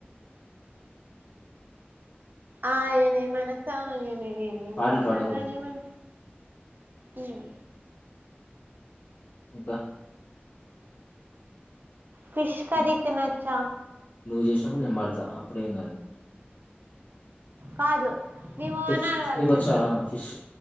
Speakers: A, on the right (about 55°); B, on the left (about 45°).
A: ఆయనే మనసాయనే ఏ నిన్ను
B: పాటలు
A: చూడగానే
B: పాడకూడదు
A: మన హ్మ్
B: ఇంకా
A: ఫిష్ కర్రీ
B: ను-
A: తినొచ్చా
B: నువ్వు జేసినప్పుడు నేను పడతా అప్పుడేం గాదు
A: కాదు నీ వోనాలు
B: తెచ్చు
A: వాళ్ళ
B: నీకొచ్చా
A: చెట్లం
B: ఫిష్